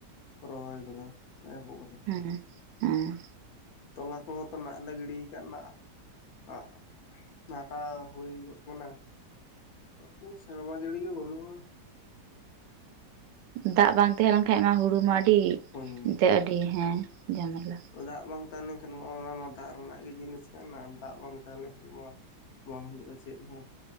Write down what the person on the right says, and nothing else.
ᱦᱮᱸ ᱦᱮᱸ ᱦᱮᱸ
ᱫᱟᱜ ᱵᱟᱝ ᱛᱟᱦᱮᱸ ᱞᱮᱱᱠᱷᱟᱡ ᱢᱟ ᱦᱩᱲᱩ ᱢᱟ ᱟᱹᱰᱤ
ᱮᱱᱛᱮᱜ ᱟᱹᱰᱤ ᱦᱮᱸ ᱡᱷᱟᱢᱮᱞᱟ ᱾